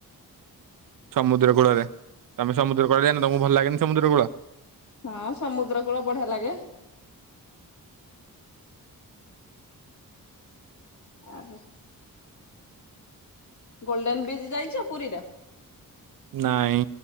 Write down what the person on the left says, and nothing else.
ହଁ ସମୁଦ୍ର କୂଳ ବଢିଆ ଲାଗେ। ଆଉ ଗୋଲ୍ଡେନ ବିଚ୍ ଯାଇଚ ପୁରୀର?